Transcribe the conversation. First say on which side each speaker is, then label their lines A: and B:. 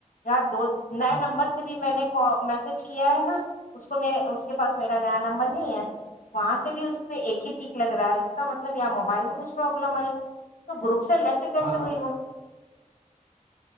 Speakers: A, on the left; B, on the right.
A: یار دو
B: اچھا
A: نئے نمبر سے بھی میں نے میسج کیا ہے نا اس کو م اس کے پاس میرا نیا نمبر نہیں ہے وہاں سے بھی اس پہ ایک ہی ٹھیک لگ رہا ہے اس کا مطلب یا موبائل میں کچھ پروابلم آئی تو گر سے لیفٹ کیسے
B: ہاں ہاں
A: ہوئی وہ